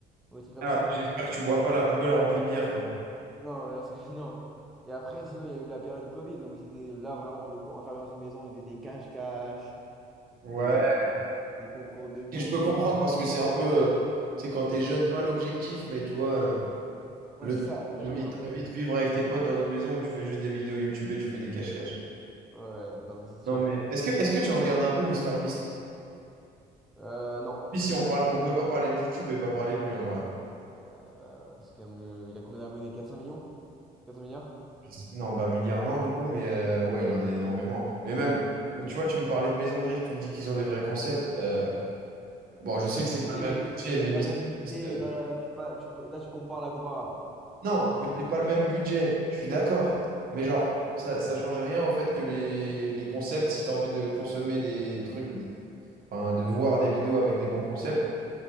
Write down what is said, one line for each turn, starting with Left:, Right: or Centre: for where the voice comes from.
Centre: ou des trucs comme
Right: Ah,
Centre: ça.
Right: j'espère que tu bois pas la poubelle remplie de bière, quoi.
Centre: Non, bien sûr que non. Et après, sinon, il y a eu la période Covid où ils étaient là vraiment pour le coup enfermés dans une maison, ils faisaient des cache-cache,
Right: Ouais.
Centre: des, euh, des concours debout.
Right: Et je peux comprendre parce que c'est un peu, euh, tu sais, quand t'es jeune, pas l'objectif, mais tu vois. euh,
Centre: Ouais,
Right: Le
Centre: c'est
Right: truc,
Centre: ça, t'aimes
Right: t'as envie
Centre: bien.
Right: t'as envie de vivre avec tes potes dans une maison où tu fais juste des vidéos YouTube et tu fais des cache-cache.
Centre: Ouais, non, mais c'est sûr.
Right: Non mais est-ce que est-ce que tu regardes un peu MrBeast?
Centre: Euh, non,
Right: Puis
Centre: pas
Right: si
Centre: du
Right: on
Centre: tout.
Right: parle, on peut pas parler de YouTube et pas parler de lui en vrai.
Centre: Euh, bah, c'est quand même le. Il a combien d'abonnés? 400 millions? 400 milliards?
Right: Je sais- Non, bah milliard non du coup, mais euh, ouais, il en a énormément. Mais même, tu vois, tu me parlais de Maison Grise, tu me dis qu'ils ont des vrais concepts. euh, bon, je sais
Centre: Oui,
Right: que c'est pas le
Centre: Mais,
Right: même
Centre: mais
Right: budget, mais
Centre: c'est
Right: MrBeast.
Centre: pas le même budget.
Right: euh,
Centre: Non, là, là, tu, pas, tu peux- là, tu compares la comparable.
Right: Non,
Centre: Là, tu
Right: mais
Centre: compares
Right: c'est pas
Centre: la
Right: le
Centre: comparable.
Right: même budget, je suis d'accord. Mais genre, ça, ça change rien au fait que les, les concepts, si t'as envie de consommer des trucs. Enfin, de voir des vidéos avec des bons concepts,